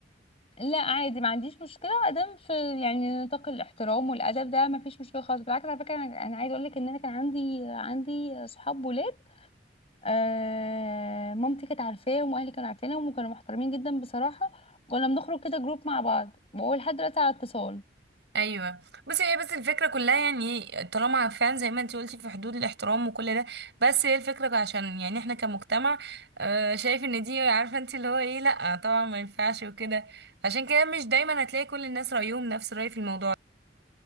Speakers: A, on the left; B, on the right.
A: لا عادي ما عنديش مشكله ادام في يعني نطاق الاحترام والادب ده ما فيش مشكله خالص بالعكس على فكره انا أنا عايزه اقول لك ان انا كان عندي عندي صحاب ولاد آه مامتي كانت عارفاهم واهلي كانوا عارفينهم وكانوا محترمين جدا بصراحه كنا بنخرج كده جروب مع بعض وهو لحد دلوقتي على اتصال
B: ايوه بس هي بس الفكرة كلها يعني طالما فعلا زي ما انتي قلتي في حدود الاحترام وكل ده بس هي الفكرة عشان يعني احنا كمجتمع آه، شايف ان دي عارفة انتي اللي هو ايه لأ طبعا ما ينفعش وكده عشان كده مش دايما هتلاقي كل الناس رأيهم نفس الرأي في الموضوع